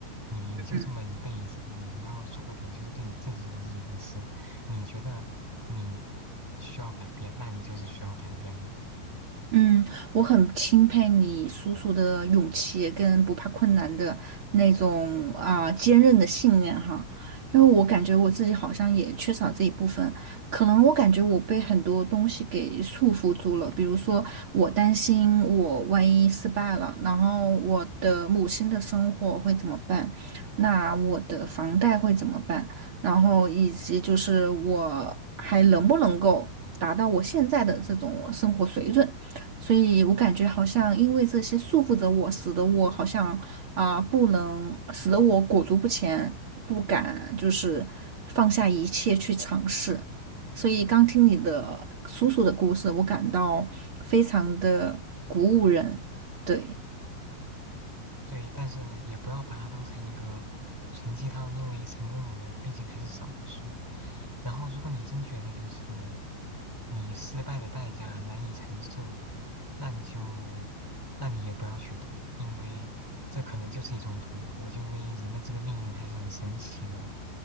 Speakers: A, in the centre; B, on the right (about 70°).
A: 你就这么一辈子，
B: 嗯
A: 你你要做点就是对你自己有意义的事，你觉得你需要改变，那你就是需要改变的。
B: 嗯，我很钦佩你叔叔的勇气跟不怕困难的那种啊、坚韧的信念哈，因为我感觉我自己好像也缺少这一部分，可能我感觉我被很多东西给束缚住了，比如说我担心我万一失败了，然后我的母亲的生活会怎么办，那我的房贷会怎么办，然后以及就是我还能不能够达到我现在的这种生活水准。所以我感觉好像因为这些束缚着我，使得我好像啊、不能，使得我裹足不前，不敢就是放下一切去尝试。所以刚听你的叔叔的故事，我感到非常的鼓舞人。对，
A: 对，但是也不要把它当成一个纯鸡汤，因为成功的人毕竟还是少数。然后，如果你真觉得就是你失败的代价难以承受，那你就，那你也不要去赌，因为这可能就是一种赌博。就因为人的这个命运还是很神奇的，